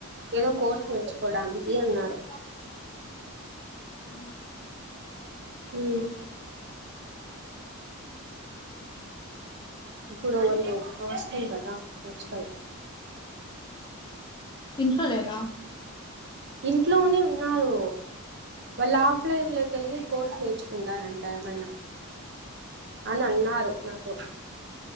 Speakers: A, on the right; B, on the left.
A: ఏదో కోర్స్ నేర్చుకోవడానికి అన్నారు
B: హ
A: హ్మ్ ఇప్పుడు వస్తాయ్ కదా నచ్చుతాయ్
B: ఇంట్లో లేరా
A: ఇంట్లోనే ఉన్నారు వాళ్ళు ఆఫ్లైన్ లోక వెళ్ళి కోర్స్ నేర్చుకుంటారంట ఏమైనా అని అన్నారు నాతో